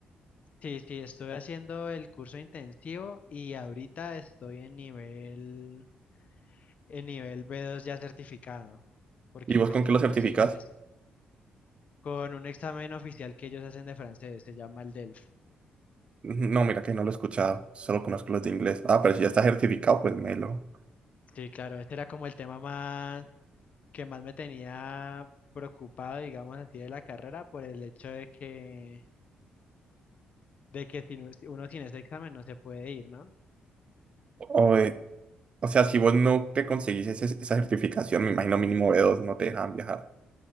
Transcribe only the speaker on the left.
Sí, sí, estoy haciendo el curso intensivo y ahorita estoy en nivel, en nivel B2 ya certificado, porque
pues
de
uno
sí es con un examen oficial que ellos hacen de francés, se llama el DELF.
Sí, claro, este era como el tema más que más me tenía preocupado, digamos así, de la carrera por el hecho de que, de que sin un- uno sin ese examen no se puede ir, ¿no?